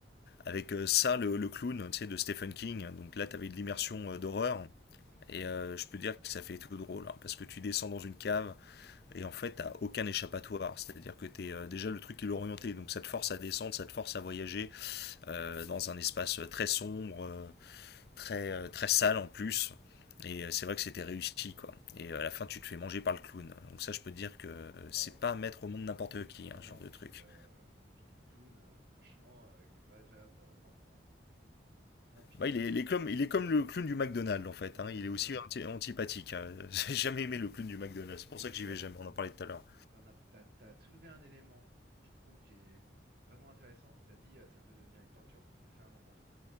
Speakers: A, on the left; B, on the right.
A: avec euh, ça, le, le clown, tu sais, de Stephen King. Donc là, t'avais de l'immersion
B: Oh là là,
A: euh, d'horreur. Et euh, je peux dire que ça fait tout drôle, hein, parce que tu descends dans une cave, Et en fait, t'as aucun échappatoire. C'est-à-dire que t'es euh, déjà le truc qui est orienté. Donc ça te force à descendre, ça te force à voyager euh, dans un espace très sombre, euh, très, euh, très sale en plus. Et euh, c'est vrai que c'était réussi, quoi. Et euh, à la fin, tu te fais manger par le clown. Donc ça, je peux te dire que euh, c'est
B: oh là là.
A: pas à mettre au monde n'importe qui,
B: Ah
A: hein,
B: non,
A: ce genre de
B: puis,
A: truc.
B: euh, puis le clown, euh, <laughs> franchement, euh, il est pas agréable euh, dans ça. Enfin, non, puis
A: Bah, il est,
B: tu,
A: il est comme, il est comme le clown du McDonald's, en fait.
B: ouais,
A: hein. Il
B: c'est
A: est aussi
B: ça.
A: anti- antipathique. hein. <laughs> J'ai jamais aimé le clown du McDonald's. C'est pour
B: Mais
A: ça
B: tu
A: que
B: vois,
A: j'y vais
B: c'est-
A: jamais.
B: c'est-
A: On en parlait tout à l'heure.
B: T'en as, t'as, t'as soulevé un élément que je trouve qui est vraiment intéressant. T'as dit, euh, ça peut devenir une torture, faut pas le faire à n'importe